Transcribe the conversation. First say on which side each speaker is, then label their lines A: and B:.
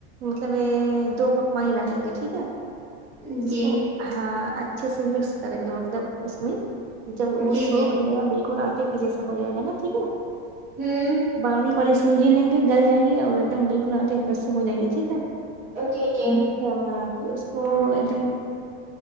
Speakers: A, on the right; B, on the right.
A: مطلب یے دو کپ پانی ڈالیں گے ٹھیک ہے
B: جی
A: اس کو ہاں اچھے سے مکس کریں گے مطلب اس کو ہی جب وہ
B: جی
A: سوکھ
B: جی
A: لے گا بالکل ٹے کہ جیسا ہو جائے گا نا ٹھیک ہے
B: ہمم
A: باریک والی سوجی لیں گے گل جائے گی اور ایک دم بالکل آٹے ایک طرح سے ہو جائے گی ٹھیک ہے
B: جی جی
A: یا پھر اس کو ایک دم